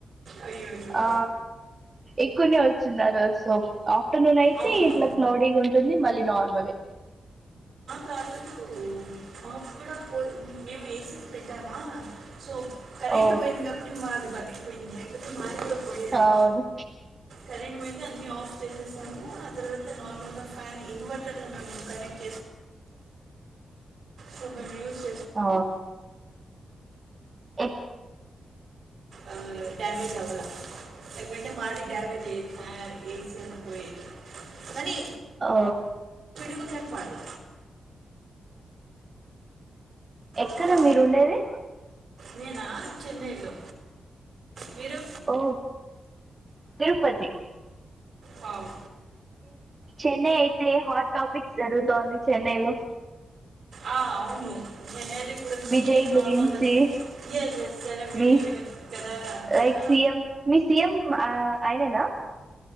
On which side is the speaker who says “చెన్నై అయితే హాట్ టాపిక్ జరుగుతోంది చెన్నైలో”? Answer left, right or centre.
Right